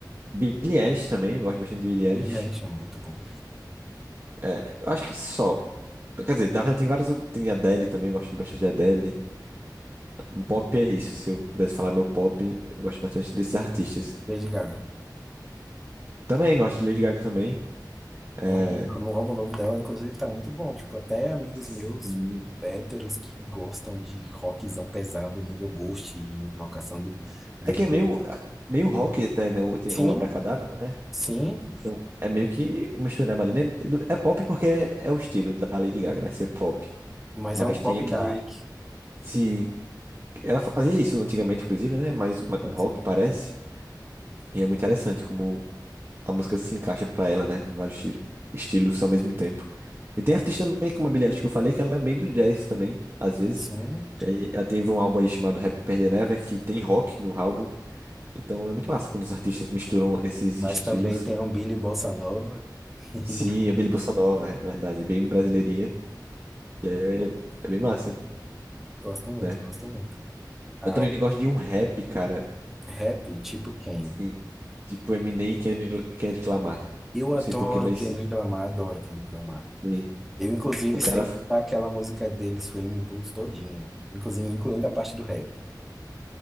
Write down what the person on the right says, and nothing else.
Billie Eilish também, eu gosto bastante de Billie Eilish.
É, eu acho que só. Quer dizer, na verdade tem várias. outras- Tem Adele também, eu gosto bastante de Adele. Um Pop é isso. Se eu pudesse falar meu pop, eu gosto bastante desses artistas.
Também gosto de Lady Gaga também. É,
sim.
É que é meio, meio rock até, né? O, tem
o Abracadabra, né?
Então é meio que uma mistureba ali, né? É pop porque é, é o estilo da Lady Gaga, né? Ser pop.
Mas
tem aquele.
Sim. Ela fazia isso antigamente, inclusive, né? Mas
um rock
parece. E é muito interessante como a música se encaixa pra ela, né? Vários esti- estilos ao mesmo tempo. E tem artista também, como a Billie Eilish que eu falei, que ela é bem do jazz também, às vezes.
E aí ela teve um álbum aí chamado Happier Than Ever, que tem rock no álbum. Então é muito massa quando os artistas misturam esses
estilos.
Sim, é bem bossa nova, é verdade, bem brasileirinha. E aí é, é bem massa,
né?
Eu também gosto de um rap, cara,
assim, tipo Eminem e Kendrick, Kendrick Lamar.
Não
sei porquê, mas
sim,
o cara